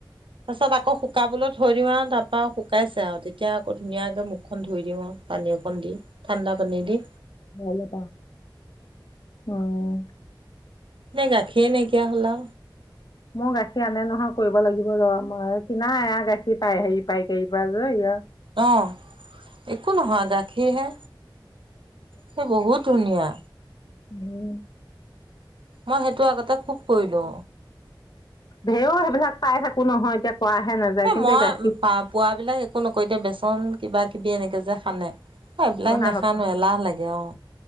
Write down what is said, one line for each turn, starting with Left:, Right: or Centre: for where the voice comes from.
Right: তাৰপাছত আকৌ শুকাবলৈ থৈ দিওঁ আৰু তাৰপৰা শুকাইছে আৰু তেতিয়া আকৌ ধুনীয়াকে মুখখন ধুই দিওঁ আৰু পানী অকণ দি ঠাণ্ডা পানী দি
Left: ভাল তা উম
Right: এতিয়া গাখীৰে নাইকিয়া হ'লা
Left: মোৰ গাখীৰ আনে নহয় কৰিব লাগিব ৰ মই কিনা এয়া গাখীৰ পাই হেৰি পায় কাৰি পৰা যে
Right: অঁ একো নহয় গাখীৰহে, সেই বহুত ধুনীয়া।
Left: উম
Right: মই সেইটো আগতে খুব কৰিলোঁ।
Left: ঢেওৰ, সেইবিলাক পাই থাকো নহয় এতিয়া কৰাহে নাযায়
Right: এ
Left: কিন্তু
Right: মই
Left: এই গাখীৰ
Right: পা পোৱাবিলাক একো নকও এতিয়া বেচন কিবা কিবি এনেকে যা খানে অঁ এইবিলাক
Left: অহা
Right: নেখানো,
Left: নকওঁ
Right: এলাহ লাগে অঁ